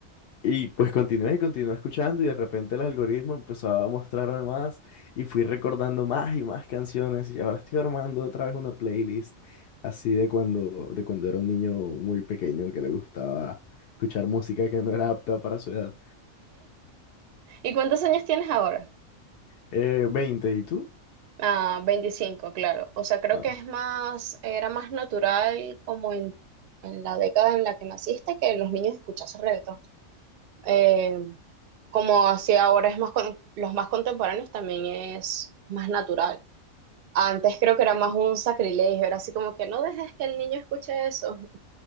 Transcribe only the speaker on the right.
¿Y cuántos años tienes ahora?
Ah, 25, claro. O sea, creo
que es más, era más natural como en, en la década en la que naciste que los niños escuchasen reggaetón. Eh, como así ahora es más con- los más contemporáneos también es más natural. Antes creo que era más un sacrilegio, era así como que no dejes que el niño escuche eso.